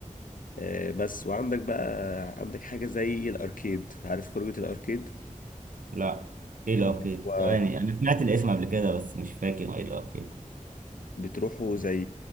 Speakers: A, on the left (about 85°); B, on the right (about 80°).
A: آه، بس وعندك بقى عندك حاجة زي الأركيد عارف خروجة الأركيد
B: لا ايه الأركيد؟
A: اللي هو
B: ثواني أنا سمعت الاسم قبل كده بس مش فاكر ايه الأركيد
A: بتروحوا زي